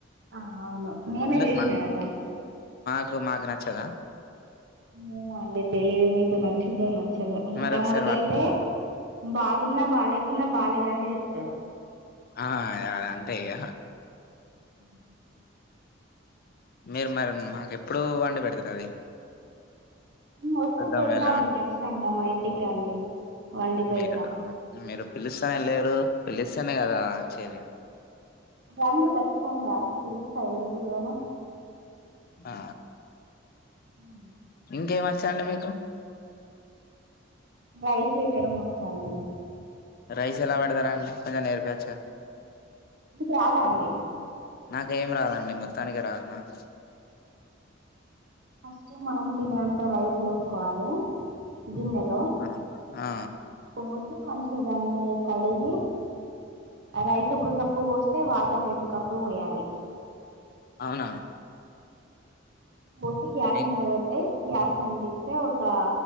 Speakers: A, on the right; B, on the left.
A: ఆ అవును నేనే
B: ఎందుకు
A: చేసినా
B: మా
A: గదా
B: మాకు నచ్చదా
A: ఏమో అండి తెలీదు మీకు నచ్చుద్దో నచ్ చేది మా
B: మరి
A: తమ్ముడికి
B: ఒకసారి వ
A: అయితే బాగు న్నా బా లేకున్నా బాగాలేద అనే చెప్తాడు
B: ఆ ఆ అంతే ఇక
A: అ
B: మీరు మరి మాకెప్పుడు వండి పెడతరు అది
A: వస్తే
B: చూద్దాం
A: పెడతా
B: ఎలా
A: అండి ఖచ్చితంగా మా ఇం ఇంటి కి రండి వండి పెడతా
B: మీరు మీరు పిలుస్తనే లేరు పిలిస్ తింటేనే కదా నచ్చేది
A: రండి ఖచ్చతంగా పిలుస్తా ఎందుకు పిలువను
B: ఆ
A: ఉమ్,
B: ఇంకే మా చండ మీకు
A: రైస్ పెట్టడం ము టైము
B: రైస్ ఎలా పెడతారా అండి కొంచెం నేర్పీయోచ్చుగా
A: మీకు రావాఅండి
B: నాకేం రాదండి మొత్తానికి రాదు నాకు
A: ఫస్ట్ మనం తినేంత రైస్ తోట్కోవాలి గిన్నెలో
B: ఆ ఆ
A: పో మంచిగా దాన్ని కడిగి రైస్ ఒక కప్పు పోస్తే వా ఇ రెండు కప్పులు పోయాలి
B: అవునా
A: ఆ పప్పు గ్యాస్
B: ఇం
A: మీద పెడితే గ్యాస్ అంటిస్తే ఒక